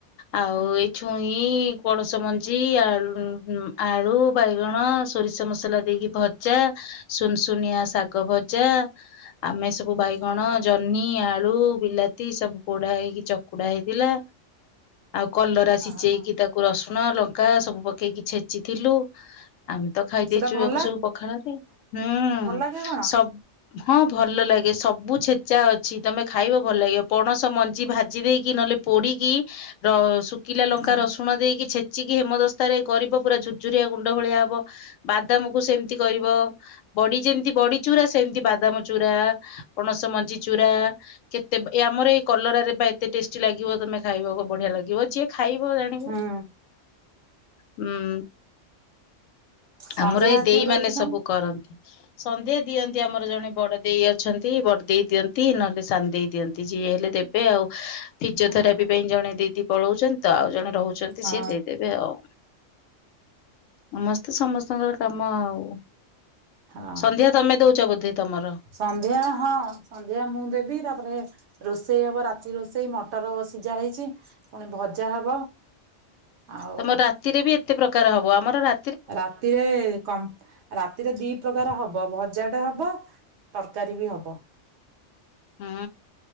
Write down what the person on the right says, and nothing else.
ହୁଁ
ହଁ ହଁ
ହଁ
ହଁ
ସେଟା
ଭଲ
କେ କଣ
ହୁଁ
ହୁଁ
ସନ୍ଧ୍ୟା
କିଏ ଦଉଛି
ତମ
ଓହୋ
ହଁ
ହଁ
ସନ୍ଧ୍ୟା ହଁ ସନ୍ଧ୍ୟା ମୁଁ ଦେବି ତାପରେ ରୋଷେ ରୋଷେଇ ହବ ରାତି ରୋଷେଇ ମଟର ସିଝା ହେଇଛି ପୁଣି ଭଜା ହବ। ଆଉ
ରାତିରେ କ ରାତିରେ ଦି ପ୍ରକାର ହବ ଭଜା ଟେ ହବ ତରକାରୀ ବି ହବ।